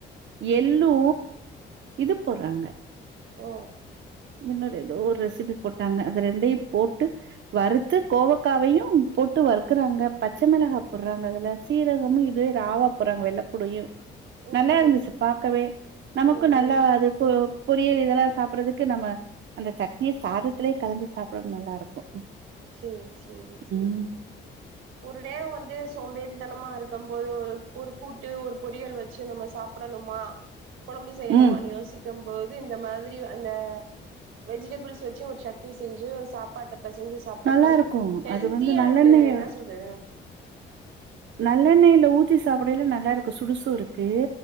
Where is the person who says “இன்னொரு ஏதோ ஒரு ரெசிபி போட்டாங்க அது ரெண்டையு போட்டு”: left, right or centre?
Right